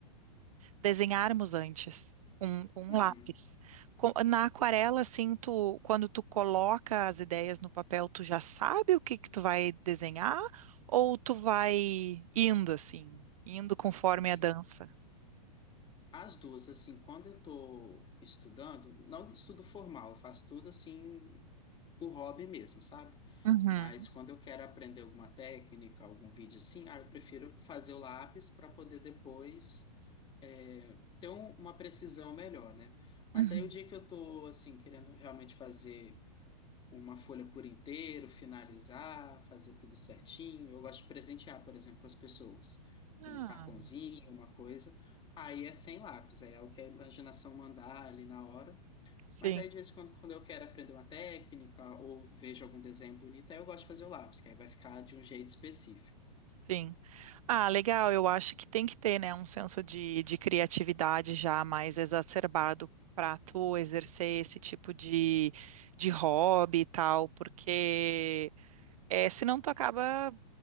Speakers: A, on the right; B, on the left.
A: desenharmos antes. Com, com um
B: Uhum.
A: lápis. Com- na aquarela, assim, tu, quando tu coloca as ideias no papel, tu já sabe o que que tu vai desenhar ou tu vai indo, assim, indo conforme
B: E
A: a dança?
B: as duas, assim, quando eu tô estudando, não estudo formal, eu faço tudo assim por hobby mesmo, sabe?
A: Uhum,
B: Mas quando eu quero aprender alguma técnica, algum vídeo assim, ah, eu prefiro fazer o lápis para poder depois é, ter um- uma precisão melhor, né? Mas
A: uhum.
B: aí o dia que eu tô assim querendo realmente fazer uma folha por inteiro, finalizar, fazer tudo certinho, eu gosto de presentear, por exemplo, as pessoas com
A: Ah,
B: um cartãozinho, uma coisa. Aí é sem lápis, aí é o que a imaginação mandar ali na hora.
A: sim,
B: Mas aí, de vez em quando, quando eu quero aprender uma técnica ou vejo algum desenho bonito, aí eu gosto de fazer o lápis, que aí vai ficar de um jeito específico.
A: sim. Ah, legal. Eu acho que tem que ter, né, um senso de, de criatividade já mais exacerbado para tu exercer esse tipo de, de hobby e tal, porque É, senão tu acaba.